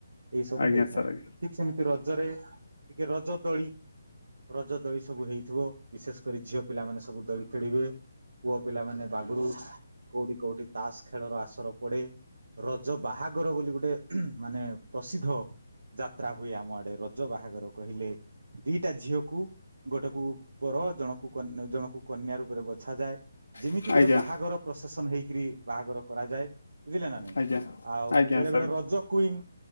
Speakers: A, on the right (about 70°); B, on the left (about 75°).
A: ଏଇ ସବୁ
B: ଆଜ୍ଞା ଆଜ୍ଞା
A: ହେଇଥାଏ।
B: ସାର୍
A: ଠିକ ସେମିତି ରଜରେ ଟିକେ ରଜ ଦୋଳି ରଜ ଦୋଳି ସବୁ ହେଇଥିବ ବିଶେଷ କରି ଝିଅ ପିଲାମାନେ ସବୁ ଦୋଳି ଖେଳିବେ। ପୁଅ ପିଲାମାନେ ବାଘରୁ କୋଉଠି କୋଉଠି ତାସ ଖେଳର ଆସ ତ୍ର ପଡେ ରଜ ଯ ବାହାଘର ବୋଲି ଗୋଟେ ମାନେ ପସିଦ୍ଧ ଯାତ୍ରା ହୁଏ ଆମ ଆଡେ ରଜ ବାହାଘର କହିଲେ ଦିଟା ଝିଅକୁ ଗୋଟେକୁ ପର ଜଣକୁନ୍ୟ ଜଣକୁ କନ୍ୟା ରୂପରେ ବ ସାଜାଏ ଯେମିତି
B: ଆଜ୍ଞା
A: ଗୋଟେ ବାହାଘର
B: ଆଜ୍ଞା
A: ପ୍ରଶାସନ ହେଇକି କିରି ବାହାଘର କରାଯାଏ। ବୁଝିଲେ ନା ନାଇଁ।
B: ଆଜ୍ଞା
A: ଆଉ
B: ଆଜ୍ଞା
A: ବେଳେ
B: ସାର୍।
A: ବେଳେ ରଜ କୁଇନ